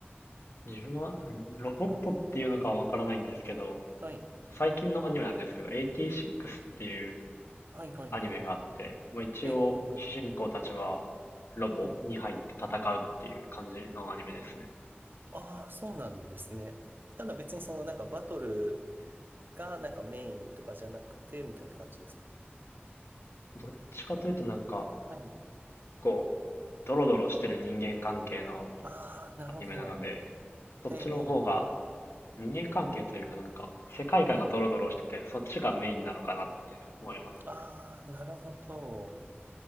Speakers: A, on the left; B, on the right.
A: 自分はうんロボットっていうのかはわからないんですけど、
B: はい。
A: 最近のアニメなんですけど、t 6っていう
B: はいはいはい。
A: アニメがあって、まあ、一応主人公たちはロボに入って戦うっていう感じのアニメですね。
B: ええ、ええええはい。ああ、そうなんですね。ただ別にそのなんかバトルがなんかメインとかじゃなくて、みたいな感じですか
A: どっちかというとなんか、
B: はい。
A: こう、ドロドロしてる人間関係の
B: ああ、なるほど。
A: アニメなので、そっちの方が
B: ええ、ええ、ええ
A: 人間関係というかなんか、世界観がドロドロしてて、
B: はい。
A: そっちがメインなのかなって思いますね。
B: ああ、なるほど。